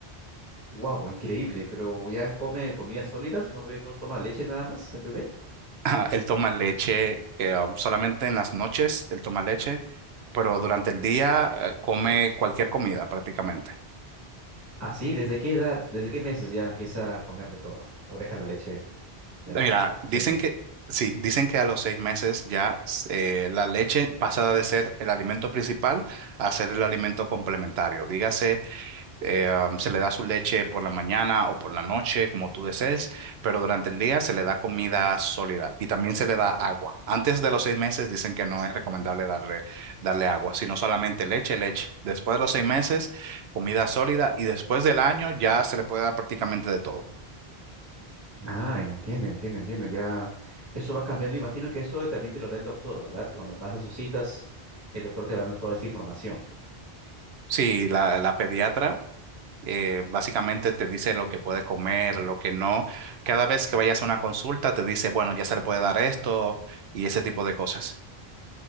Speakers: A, on the right; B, on the right.
A: Wow, increíble, pero ya come comidas sólidas, no, ve- no toma leche nada más el bebé.
B: <laughs> Ajá, Él toma leche eh, um, solamente en las noches, él toma leche, pero durante el día eh, come cualquier comida prácticamente.
A: Ah, sí, ¿desde qué edad, desde qué meses ya empieza a comer de todo? ¿O deja la leche ya
B: Mira, dicen
A: cien por ciento?
B: que, sí, dicen que a los seis meses ya eh, la leche pasa de ser el alimento principal a ser el alimento complementario. Dígase eh, am, se le da su leche por la mañana o por la noche, como tú desees, pero durante el día se le da comida sólida y también se le da agua. Antes de los seis meses dicen que no es recomendable darle, darle agua, sino solamente leche, leche. Después de los seis meses, comida sólida y después del año ya se le puede dar prácticamente de todo.
A: Ah, entiendo, entiendo, entiendo. Ya eso va cambiando. Imagino que eso también te lo da el doctor, ¿verdad? Cuando vas a sus citas, el doctor te va dando toda esta información.
B: Sí, la, la pediatra. eh, básicamente te dice lo que puede comer, lo que no. Cada vez que vayas a una consulta te dice, bueno, ya se le puede dar esto y ese tipo de cosas.